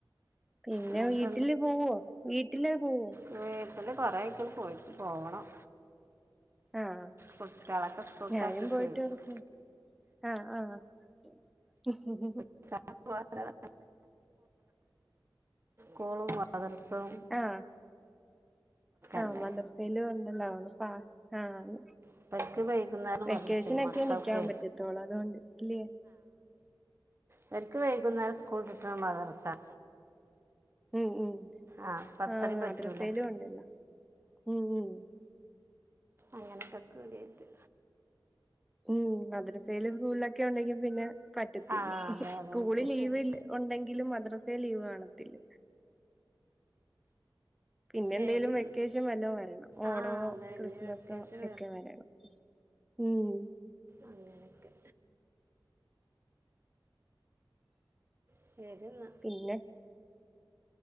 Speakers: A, in the centre; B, on the right.
A: പിന്നെ
B: എന്നിട്ട്
A: വീട്ടില് പോവോ? വീട്ടിലേ പോവോ
B: വീട്ടില് കൊറേ ആയ്ക്ക്ണ് പോയിട്ട് പോണം.
A: ആഹ്‌
B: കുട്ടികളൊക്കെ സ്കൂൾക്കാക്കിയിട്ടേ
A: ഞാനും പോയിട്ട് കുറച്ചായി ആഹ് ആഹ്‌ <inaudible>
B: <inaudible> കൂളും മദ്രസ്സും
A: ആഹ്‌ ആഹ്‌
B: അല്ലേ
A: മദ്രസ്സയിലും ഉണ്ടല്ലോ ഒന്ന് പാ ആഹ്‌
B: ഇവർക്ക് വൈകുന്നേരം
A: വെക്കേഷനൊക്കെ
B: മദ്രസയും മക്കൾക്ക്
A: നിക്കാൻ പറ്റത്തോളൂ അതുകൊണ്ട് ല്ലേ
B: ഇവൽക്ക് വൈകുന്നേരം സ്കൂള് വിട്ട്ട്ടാണ് മദ്രസ്സ
A: ഉം ഉം
B: ആ അപ്പം അത്രയും
A: ആഹ്‌
B: പറ്റൂല
A: മദ്രസയേലും ഉണ്ടല്ലൊ ഉം ഉം
B: അങ്ങനെക്കൊക്കൂടിയായിട്ട്.
A: ഉം മദ്രസേലും സ്കൂളിലൊക്കെ ഉണ്ടെങ്കിൽ പിന്നെ പറ്റത്തില്ല.
B: ആ അതെ
A: സ്കൂള്
B: അതെ ശരിയാണ്
A: ലീവ് ഉണ്ടെങ്കിലും മദ്രസേല് ലീവ് കാണത്തില്ല. പിന്നെ
B: ശരി
A: എന്തേലും
B: എന്നാ.
A: വെക്കേഷൻ വല്ലോം വരണം. ഓണോ
B: ആ അതെ
A: ക്രിസ്മസോ
B: ഇനി വെക്കേഷൻ
A: ഒക്കെ വരണം. ഉം
B: അങ്ങനെയൊക്കെ ശെരി ന്നാ
A: പിന്നെ